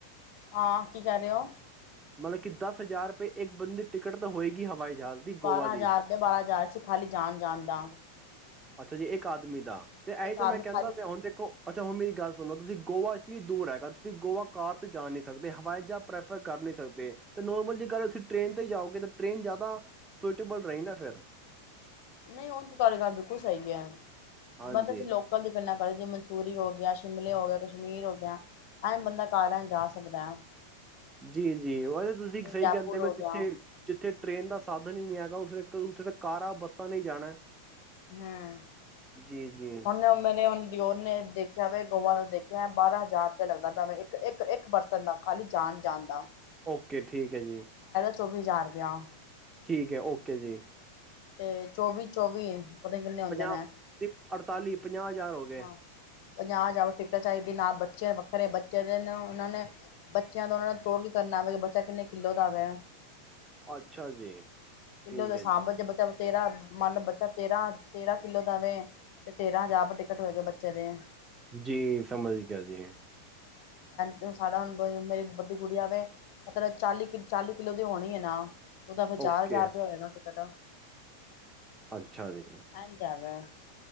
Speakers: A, on the left; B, on the right.
A: ਹਾਂ ਕੀ ਕਰ ਰਹੇ ਹੋ
B: ਮਤਲਬ ਕਿ ਦਸ ਹਜ਼ਾਰ ਰੁਪਏ ਇੱਕ ਬੰਦੀ ਦੀ ਟਿਕਟ ਤਾਂ ਹੋਏਗੀ ਹਵਾਈ ਜਹਾਜ਼ ਦੀ
A: ਬਾਰਾਂ
B: ਗੋਆ
A: ਹਜ਼ਾਰ
B: ਦੀ
A: ਦੇ ਬਾਰਾਂ ਹਜ਼ਾਰ ਸੀ ਖਾਲੀ ਜਾਣ ਜਾਣ ਦਾ
B: ਅੱਛਾ ਜੀ ਇੱਕ ਆਦਮੀ ਦਾ ਤੇ ਇਹੀ
A: ਇੱਕ
B: ਤਾਂ ਮੈਂ
A: ਆਦਮੀ
B: ਕਹਿੰਦਾ
A: ਖਾਲੀ
B: ਪਿਆ ਹੁਣ ਦੇਖੋ ਅੱਛਾ ਹੁਣ ਮੇਰੀ ਗੱਲ ਸੁਣੋ ਤੁਸੀਂ ਗੋਆ ਇਤਨੀ ਦੂਰ ਹੈਗਾ ਤੁਸੀਂ ਗੋਆ ਕਾਰ ਤੇ ਜਾ ਨਹੀਂੀ ਸਕਦੇ ਹਵਾਈ ਜਹਾ ਪ੍ਰੈਫਰ ਨਹੀਂੀ ਨੋਰਮਲ ਜੇਕਰ ਤੁਸੀਂ ਟ੍ਰੇਨ ਤੇ ਜਾਓਗੇ ਤਾਂ ਟ੍ਰੇਨ ਜ਼ਿਆਦਾ ਸੁਟੇਬਲ ਰਹੀ ਨਾ ਫਿਰ
A: ਨਹੀਂ ਉਹ ਤੇ ਤੁਹਾਡੀ ਗੱਲ ਬਿਲਕੁਲ ਸਹੀ ਹੈ
B: ਹਾਂਜੀ
A: ਮੈਂ ਤਾਂ ਲੋਕ ਦੀਆਂ ਗੱਲਾਂ ਕੀ ਜਿਵੇ ਮਨਸੂਰੀ ਹੋ ਗਿਆ ਸ਼ਿਮਲੇ ਹੋ ਗਿਆ ਕਸ਼ਮੀਰ ਹੋ ਗਿਆ ਐਂ ਬੰਦਾ ਕਾਰ ਜਾ ਸਕਦਾ ਹੈ
B: ਜੀ ਜੀ ਉਹ ਤੁਸੀਂ
A: ਜਿਵੇਂ
B: ਸਹੀ
A: ਜੈਪੁਰ
B: ਕਹਿੰਦੇ
A: ਹੋ
B: ਮ
A: ਗਿਆ
B: ਜਿੱਥੇ ਜਿੱਥੇ ਟ੍ਰੇਨ ਦਾ ਸਾਧਨ ਹੀ ਨਹੀਂੀ ਹੈਗਾ ੇ ਉੱਥੇ ਤਾਂ ਕਾਰਾਂ ਬੱਸਾਂ ਨਹੀਂ ਜਾਣਾ
A: ਹਮ
B: ਜੀ ਜੀ
A: ਉਹਨੇ ਮੇ ਨੇ ਹ ਓਨੇ ਦੇਖਿਆ ਗੋਵਾਂ ਦਾ ਦੇਖਿਆ ਬਾਰਾਂ ਹਜ਼ਾਰ ਰੁਪਆ ਲੱਗਦਾ ਪ ਇੱਕ ਇੱਕ ਪਰਸਨ ਦਾ ਖਾਲੀ ਜਾਣ ਜਾਣ ਦਾ
B: ਓਕੇ ਠੀਕ ਹੈ ਜੀ
A: ਚੌਵੀਜ਼ਾਰ ਗਿਆ
B: ਠੀਕ ਹੈ ਐੱਕੇ ਜੀ
A: ਤੇ ਚੌਵੀ ਚੌਵੀ ਏ ਉਹ ਕਿੰਨੇ ਹੁੰਦੇ
B: ਪੰਜਾਹ
A: ਨੇ
B: ਤੁਸੀਂ ਅੜਤਾਲੀ ਪੰਜਾਹ ਹਜ਼ਾਰ ਹੋ ਗਏ
A: ਹਾਂ ਪੰਜਾਹ ਜਾ ਟਿਕਟ ਚਾਹੀਦੀ ਨਾਲ ਬ ਬੱਚਿਆਂ ਵੱਖਰੇ ਬੱਚਿਆਂ ਦੇ ਉਹਨਾਂ ਨੇ ਬੱਚਿਆਂ ਤੋਂ ਉਹਨਾਂ ਨੂੰ ਤੋਰ ਕੇ ਕਰਨਾ ਆਵੇ ਕਿਤਨੇ ਕਿੱਲੋ ਦਾ ਵਾ
B: ਅੱਛਾ ਜੀ
A: ਕਿਲਦੇ
B: ਠੀਕ ਹੈ
A: ਸਾਂਭ
B: ਜੀ
A: ਚ ਬੱਚਾ ਤੇਰਾ ਮਨ ਬੱਚਾ ਤੇਰਾਾਂ <unintelligible> ਤੇਰਾਂ ਕਿੱਲੋ ਵੇ ਤੇਰਾਂ ਹਜ਼ਾਰ ਟਿਕਟ ਹੋਏ ਗ ਬੱਚੇ ਚਲੇ ਆ
B: ਜੀ ਸਮਝ ਗਯਾ ਜੀ
A: ਸਾਧਾਰਨ ਮੇਰੀ <inaudible> ਵਡੀ ਗੁੜੀਆ ਵੇ ਮਤਲਬ ਚਾਲੀ ਕਿ ਚਾਲੀ ਕਿੱਲੋ ਦੀ ਹੋਣੀ ਹੈ ਨਾ ਉਹਦਾ ਫੇਰ ਚਾਰ
B: ਓਕੇ
A: ਹਜ਼ਾਰ ਰੁਪਇ ਹੋਏਗਾ ਟਿਕਟ
B: ਅੱਛਾ ਜੀ
A: ਇੰਝ ਹੈਗਾ